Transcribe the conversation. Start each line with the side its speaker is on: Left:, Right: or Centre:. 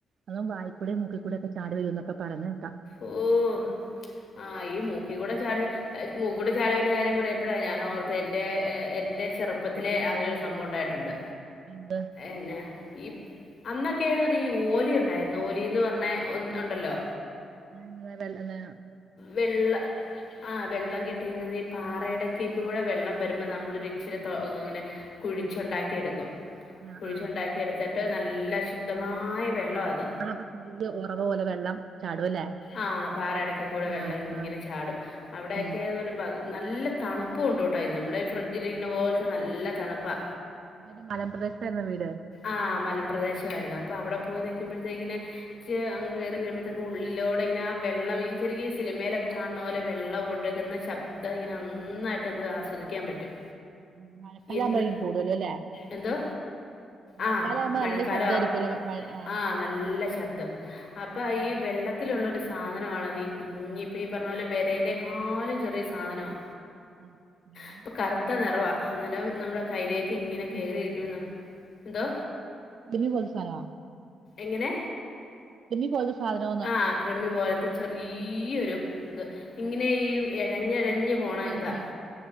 Right: അതാവും വായി കൂടിം മൂക്കിക്കൂടിം ഒക്കെ ചാടി വരും എന്നൊക്കെ പറയുന്നെ കേക്കാ
Left: ഓഹ് ആഹ് ഈ മൂക്കി കൂടെ ചാടി വ ഏഹ് പൂക്കൂടെ ചാടി വര്ണ കാര്യം പറഞ്ഞപ്പഴാ ഞാൻ ഓർത്തെ എന്റെ ഏഹ് എന്റെ ചെറുപ്പത്തില് അങ്ങനെ സം സംഭവം ഉണ്ടായിട്ടുണ്ട്
Right: എന്നത്
Left: എന്നെ ഈ അന്നൊക്കെയെ ടീ ഈ ഓലി ഉണ്ടായിരുന്നു ഓലിന്ന് പറഞ്ഞെ ഒ ഉണ്ടല്ലോ
Right: ആഹ് ന്ന് വേറെല്ലല്ലോ
Left: വെള്ള ആഹ് വെള്ളം കെ ട്ടീന്ന് ഈ പാറയിടയ്ക്ക് കൂടെ വെള്ളം വരുമ്പോൾ നമ്മളൊരു ഇച്ചിരി ത ഇങ്ങനെ കുഴിച്ചുണ്ടാക്കി എടുക്കും
Right: ആ
Left: കുഴിച്ചുണ്ടാക്കി
Right: ആ
Left: എടുത്തിട്ട് നല്ല ശുദ്ധമായ വെള്ളമാണ്
Right: ആഹ്
Left: അത്
Right: ആഹ് അവളപ്പ ചെറിയ ഉറവ് പോലെ വെള്ളം ചാടുവല്ലേ
Left: ആഹ് പാറടക്ക കൂടെ വെള്ളം
Right: ആ
Left: ഇങ്ങനെ
Right: ആ
Left: ചാടും അവിടെയ്ക്കെന്ന്
Right: ഉം
Left: പറയുമ്പോ അത് നല്ല തണുപ്പും ഉണ്ട്ട്ടോ അയ്‌ന് നമ്മുടെ ഈ ഫ്രിഡ്ജിലിരിക്ക്ണ പോലത്തെ നല്ല തണുപ്പാ
Right: അപ്പൊ അന്റെ മലംപ്രദേശത്തായിരുന്നൊ വീട്
Left: ആഹ് മലംപ്രദേശ ആയിരുന്നു അപ്പൊ അവിടെ
Right: ആ
Left: പോയി
Right: ആ
Left: നിൽക്കുമ്പഴത്തേക്കിന്
Right: ആ
Left: ച്ചേ അങ്ങ് കയറി കഴിയുമ്പോഴത്തേക്ക് ഉള്ളി എോട ഇങ്ങനെ ആ വെള്ളം ഈ ചെറിയ സിനിമയിലൊക്കെ കാണുന്ന പോലെ വെള്ളം ഒഴുകുന്ന ശബ് ഇതങ്ങനെ നന്നായിട്ട് നമുക്ക് ആസ്വദിക്കാൻ പറ്റും
Right: ആഹ് മഴകാലവുമ്പോഴും
Left: ഇന്ന്
Right: കൂടുതലും അല്ലേ
Left: എന്തോ
Right: മഴക്കാലം
Left: ആഹ്
Right: ആകുമ്പോ
Left: മഴക്കാലം
Right: നല്ല ശബ്ദമായിരിക്കുമല്ലോ മഴ ആ
Left: ആഹ് നല്ല ശബ്ദം അപ്പൊ ഈ
Right: ഉം.
Left: വെള്ള ത്തിലുള്ളൊരു സാധനമാണ്ത് ഈ കുഞ്ഞ ഇപ്പം ഈ പറഞ്ഞ പോലെ വിരേനേക്കാളും ചെറിയ സാധനമാണ്
Right: ആ ഇടിയും-
Left: അപ്പ കറുത്ത നിറവ അന്നേരം നമ്മുടെ
Right: ആ
Left: കയ്യിലേക്ക് ഇങ്ങനെ കയറിയിരിക്കുമെന്ന്
Right: ഇടിമിന്നൽ പോലത്തെയോ
Left: എന്തോ
Right: ഇടിമിന്നൽ പോലത്തെ സാധനമാ
Left: എങ്ങനെ
Right: പോലത്തെ സാധനംന്ന്
Left: ആഹ് ക്രമി പോലത്തെ ചെറിയൊരു ഇത്
Right: ആ.
Left: ഇങ്ങനെ ഈ ഇഴഞ്ഞഴഞ്ഞഞ്
Right: നൂല്
Left: പോണ
Right: വലിക്കണായിരിക്കും.
Left: ഇതാ